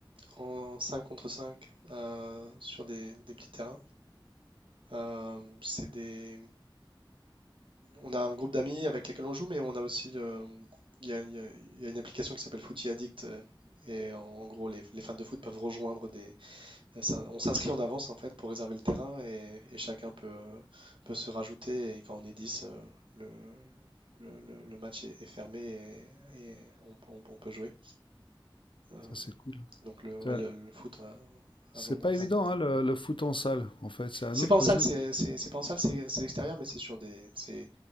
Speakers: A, on the right; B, on the left.
A: en 5 contre 5 euh, sur des, des petits terrains. Euh, c'est des... On a un groupe d'amis avec lesquels on joue, mais on a aussi le- il y a, il y a- il y a une application qui s'appelle Footy Addict. euh, Et en, en gros, les, les fans de foot peuvent rejoindre des, Euh, ça- on s'inscrit en avance en fait pour réserver le terrain et, et chacun peut, peut se rajouter. Et quand on est 10 euh, le, le, le- le match est, est fermé et, et on, on- on peut jouer. Euh,
B: Ça, c'est cool.
A: donc le, ouais,
B: Tu
A: le, le foot à, à
B: C'est
A: Londres,
B: pas
A: c'est
B: évident,
A: très-
B: hein, le, le foot en salle. En fait, c'est un
A: c'est
B: autre
A: pas en salle,
B: jeu.
A: c'est c'est- c'est pas en salle, c'est c'est extérieur, mais c'est sur des c'est